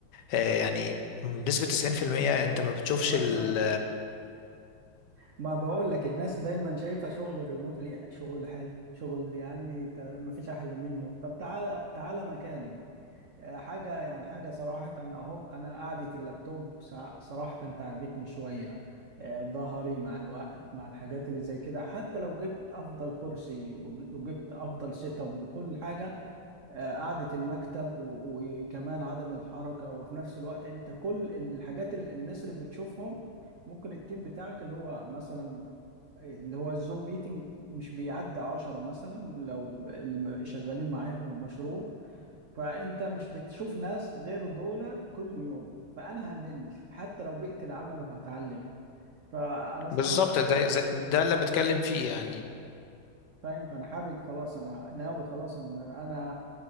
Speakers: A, on the left; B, on the right.
A: آه، يعني بنسبة 90% انت ما بتشوفش
B: ما
A: ال
B: ما بقول لك الناس دايما شايفة شغل الريموتلي شغل حلو شغل يا عمي تا- ما فيش احلى منه طب تعالى تعالى مكاني حاجة يعني حاجة صراحة أهو أنا قعدة اللابتوب سع- صراحة تعبتني شوية آه، ظهري مع الوقت مع الحاجات اللي زي كده حتى لو جبت أفضل كرسي وج- وجبت أفضل سيت أب وكل حاجة آه، قعدة المكتب و- وكمان عدم الحركة وفي نفس الوقت أنت كل الحاجات اللي الناس اللي بتشوفهم ممكن التيم بتاعك اللي هو مثلا اللي هو الزوم ميتنج مش بيعدي عشرة مثلا لو الم- شغالين معايا في المشروع فانت مش بتشوف ناس غير دول كل يوم فانا همل حتى لو بقيت العمل وهتعلم فانا صراحه
A: بالظبط ده زي- ده اللي بتكلم فيه يعني
B: فاهم فانا حابب خلاص انا ناوي خلاص ان انا